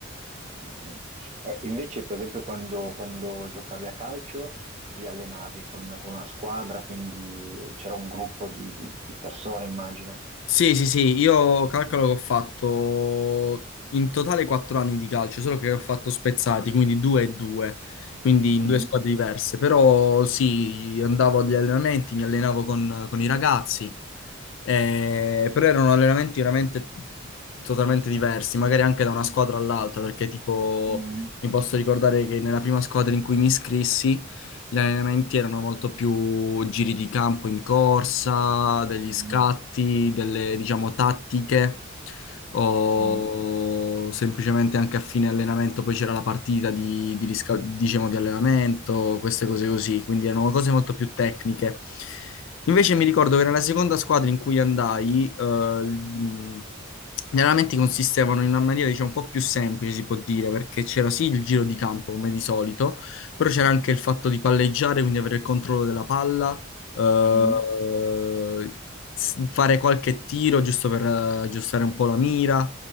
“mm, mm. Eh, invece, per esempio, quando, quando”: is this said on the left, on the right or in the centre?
Right